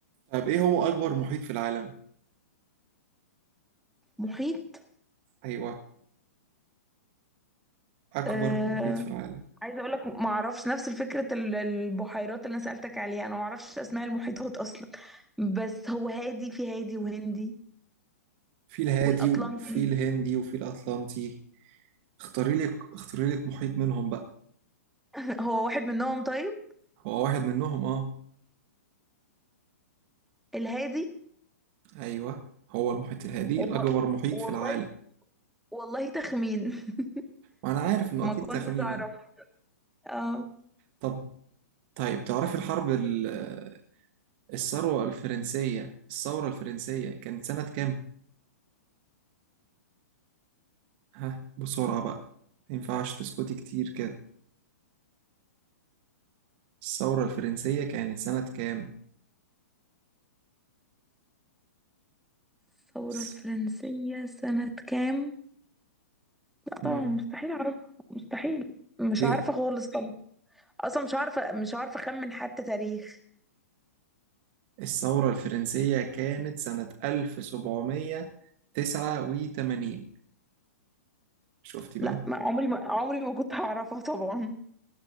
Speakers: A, on the right; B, in the centre.
A: طب ايه هو اكبر محيط في العالم
B: محيط
A: ايوه اكبر
B: آه
A: محيط في العالم
B: عايزه اقول لك ما اعرفش نفس فكره ال- البحيرات اللي انا سالتك عليها انا ما اعرفش اسماء المحيطات اصلا بس هو هادي في هادي وهندي
A: في الهادي
B: والاطلنطي
A: وفي الهندي وفي الاطلنطي اختاري لك اختاري لك محيط منهم بقى
B: <laughs> هو واحد منهم طيب
A: هو واحد منهم اه
B: الهادي
A: ايوه هو المحيط الهادي
B: والله
A: اكبر محيط
B: والله
A: في العالم
B: والله تخمين <laughs>
A: وانا عارف انه
B: ما
A: اكيد
B: كنتش
A: تخمينة
B: اعرف اه
A: طب طيب تعرفي الحرب ال- الثورة الفرنسية الثورة الفرنسية كانت سنة كام؟ ها بسرعة بقى ما ينفعش تسكتي كتير كده الثورة الفرنسية كانت سنة كام؟
B: الثوره
A: س-
B: الفرنسيه سنه كام
A: مم.
B: طبعا مستحيل اعرفها مستحيل مش
A: ليه؟
B: عارفه خالص طبعا اصلا مش عارفه مش عارفه اخمن حتى تاريخ
A: الثورة الفرنسية كانت سنة 1789 شفتي
B: لا
A: بقى؟
B: ما عمري ما عمري ما كنت هعرفها طبعا